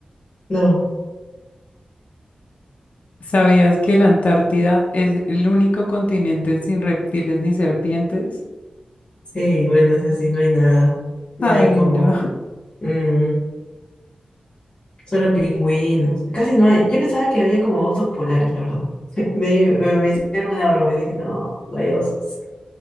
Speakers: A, on the left; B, on the left.
A: No,
B: ¿Sabías que la Antártida es el único continente sin reptiles ni serpientes?
A: sí, bueno, es así, no hay nada. No
B: Ay,
A: hay como...
B: no.
A: mm, solo pingüinos. Casi no hay. Yo pensaba que había como osos polares, la verdad. <laughs> De ahí me, me hicieron una broma y dije, no, no hay osos.